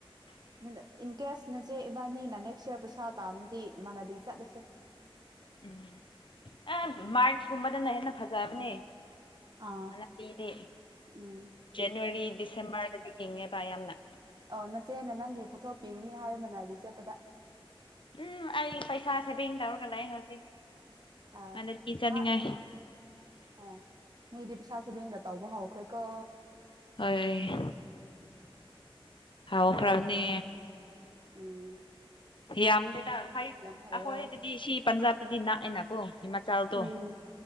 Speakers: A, on the right; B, on the left.
A: ꯏꯌꯔ ꯏꯟ ꯀꯦꯁ ꯅꯆꯦ ꯏꯕꯥꯅꯤꯅ ꯅꯦꯛꯁ ꯏꯔ ꯄꯩꯁꯥ ꯇꯥꯅꯗꯤ ꯃꯅꯗꯤ ꯆꯠꯂꯁꯦ
B: ꯎꯝ ꯑꯦ ꯃꯔꯆ ꯀꯨꯝꯕꯗꯅ ꯍꯦꯟꯅꯥ ꯐꯖꯥꯕꯅꯦ
A: ꯎꯝ ꯑꯥ
B: ꯃꯅꯂꯤꯗꯤ
A: ꯎꯝ
B: ꯖꯦꯅꯋꯥꯔꯤ ꯗꯤꯁꯦꯝꯕꯔꯗꯗꯤ ꯏꯪꯑꯦꯕ ꯌꯥꯝꯅ
A: ꯑ ꯅꯆꯦꯅ ꯅꯪꯒꯤ ꯄꯨꯊꯣꯛꯄꯤꯒꯅꯤ ꯍꯥꯏꯌꯦ ꯃꯅꯂꯤ ꯆꯦꯠꯄꯗ
B: ꯎꯝ ꯑꯩ ꯄꯩꯁꯥ ꯁꯦꯕꯤꯡ ꯇꯧꯔꯒ ꯂꯩ ꯍꯧꯖꯤꯛ
A: ꯑꯥ
B: ꯍꯟꯗꯛꯀꯤ ꯆꯠꯅꯤꯡꯉꯥꯏ
A: ꯃꯥ ꯑꯦ ꯃꯤꯗꯤ ꯄꯩꯁꯥ ꯁꯦꯕꯤꯡꯒ ꯇꯧꯕ ꯍꯧꯈ꯭ꯔꯦ ꯀꯣ
B: ꯍꫭꯏ ꯍꯥꯎꯈ꯭ꯔꯕꯅꯦ
A: ꯎꯝ
B: ꯌꯥꯝꯗꯦꯗ ꯐꯥꯏꯚ
A: ꯌꯥꯝ ꯐꯩꯌꯦ
B: ꯑꯩꯍꯣꯏꯗꯤ ꯁꯤ ꯄꯟꯖꯥꯕꯇꯗꯤ ꯅꯛꯑꯦꯅꯀꯣ ꯍꯤꯃꯥꯆꯥꯜꯗꯣ
A: ꯎꯝ